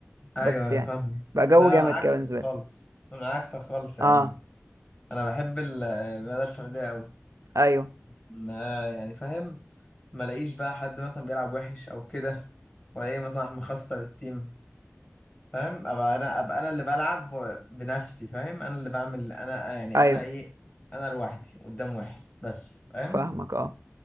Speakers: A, on the left (about 30°); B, on the right (about 85°).
A: ايوه
B: بس يعني
A: فاهم
B: بقى جو
A: لا
B: جامد
A: انا عكسك
B: كده بالنسبه لي
A: خالص انا عكسك خالص يا
B: اه
A: عم انا بحب ال- المدى الفرديه قوي
B: ايوه
A: ما يعني فاهم ما الاقيش بقى حد مثلا بيلعب وحش او كده ولا ايه مثلا احنا مخصصه بالتيم فاهم ابقى انا ابقى انا اللي بلعب و- بنفسي فاهم انا اللي بعمل انا يعني
B: ايوه
A: انا ايه انا لوحدي قدام واحد بس فاهم
B: فاهمك اه